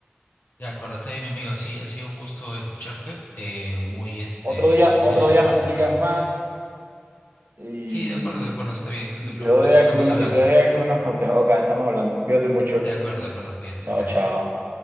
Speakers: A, on the left (about 55°); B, on the right (about 65°).
A: De acuerdo, está bien, mi amigo, sí, ha sido un gusto escucharte, eh, muy, este,
B: Otro día,
A: muy interesante
B: otro día me explicas
A: todo lo bueno.
B: más y,
A: Sí, de acuerdo, de acuerdo, está bien, no
B: y
A: te preocupes,
B: te doy algunos,
A: estamos hablando.
B: y te doy algunos consejos. Ok, estamos hablando. Cuídate mucho.
A: De acuerdo, de acuerdo, cuídate,
B: Chao,
A: gracias.
B: chao.